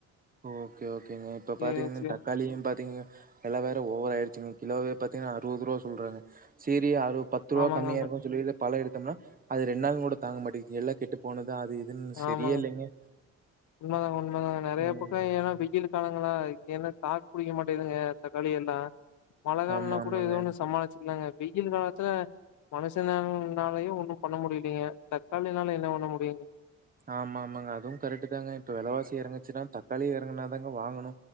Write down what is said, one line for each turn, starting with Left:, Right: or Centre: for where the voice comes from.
Right: ஓகே ஓகேங்க இப்ப பாத்தீங்கன்னா
Left: ஏ சே
Right: தக்காளியு பாத்தீங்க வெல வேற ஓவராயிடுச்சுங்க கிலோவே பாத்திங்கன்னா அறுபது ரூவா சொல்றாங்க சேரி அறுப பத்துருவா
Left: ஆமாங்க
Right: கம்மியா
Left: ஆமா
Right: இருக்குனு சொல்லி பழ எடுத்தம்னா அது ரெண் நாள் கூட தாங்க மாட்டேது எல்லா கெட்டு டு போனதா அது இதுன்னு சரியே
Left: ஆமாங்க
Right: இல்லைங்க
Left: உண்மதாங்க உண்மதாங்க நெறைய
Right: ம்.
Left: பக்க ஏன்னா வெயிலு காலங்களா ஏன தாக் புடிக்க மாட்டேதுங்க தக்காளி எல்லா மழ காலனா
Right: ஆமா, ஆமாங்க.
Left: கூட எது ஒண்ணு சமாளிச்சிக்கலாங்க வெயில் காலத்துல மனுஷனனாலயு ஒன்னு பண்ண முடியலீங்க தக்காளினால என்ன பண்ண முடியுங்
Right: ஆமா ஆமாங்க அதுவு கரெக்ட்டு தாங்க இப்ப வெலவாசி எறங்குச்சுன்னா தக்காளியு எறங்குனாதாங்க வாங்கணு